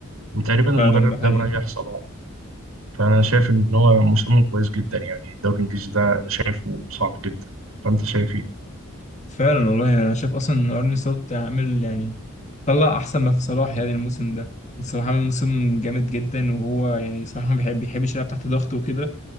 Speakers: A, on the right; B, on the left.
A: وتقريبا
B: فعلا
A: المدرب
B: ده
A: ده
B: حقيقي
A: مريح صلاح فأنا شايف إن هو موسمهم كويس جدا يعني الدوري الإنجليزي ده أنا شايفه صعب جدا فأنت شايف إيه؟
B: فعلا والله انا شايف اصلا ان ارني سلوت عامل يعني طلع احسن ما في صلاح يعني الموسم ده صلاح عامل موسم جامد جدا وهو يعني صلاح ما بيحب بيحبش يلعب تحت ضغط وكده